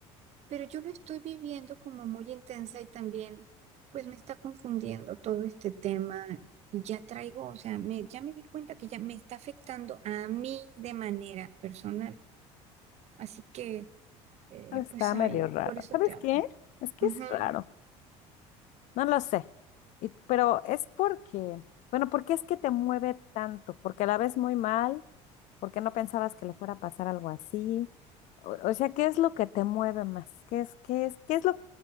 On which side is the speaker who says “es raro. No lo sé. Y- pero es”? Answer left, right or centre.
Left